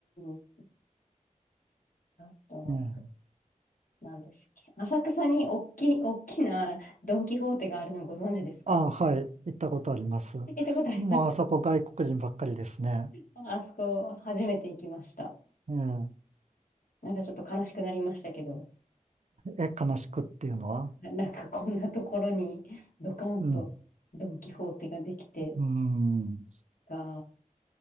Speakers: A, on the left (about 85°); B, on the right (about 55°).
A: ん。あと、
B: ええ、
A: 何ですっけ。浅草に大きい、大きなドン・キホーテがあるのご存知ですか
B: ああ、はい。行ったことあります。
A: 行ったことあります。
B: もうあそこ外国人ばっかりですね。
A: あそこ、初めて行きました。
B: え
A: なんかちょっと悲しくなりましたけど、
B: え、え、悲しくっていうのは。
A: ななんかこんなところにドカンとドン・
B: うん。
A: キホーテができて
B: うん。
A: が、